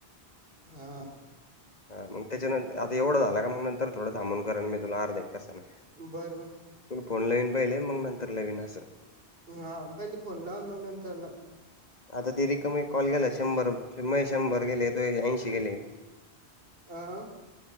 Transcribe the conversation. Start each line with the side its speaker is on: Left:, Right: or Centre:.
Right: हा
Left: हा म त्याच्यानंतर. आता एवढं झालं का, मग नंतर थोडं थांबून करन, मी तुला अर्ध्या एक तासानं.
Right: बरं, बर.
Left: तूला फोन लवीन पहिले. मग नंतर लवीन असं.
Right: हा, पहिले फोन लाव. न मग नंतर लाव.
Left: आता ती रिकामे एक कॉल गेला. शंभर म शंभर गेले, तो ऐंशी गेले.
Right: अ